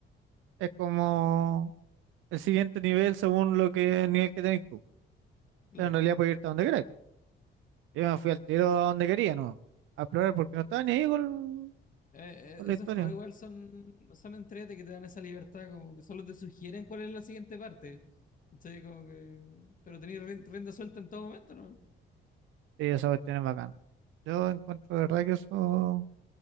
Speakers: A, on the right; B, on the left.
A: es como el siguiente nivel según lo que el nivel que tenés tú.
B: claro.
A: Pero en realidad puedes irte a donde queráis. Yo me fui al tiro a donde quería, ¿no? A explorar porque no estaba ni ahí con,
B: Eh,
A: con
B: eh,
A: la
B: esos
A: historia.
B: juegos igual son, son entrete que te dan esa libertad, como que solo te sugieren cuál es la siguiente parte. Entonces, como que. Pero tenéis rin- rienda suelta en todo momento, ¿no?
A: Sí, esa cuestión es bacán. Yo encuentro de verdad que eso,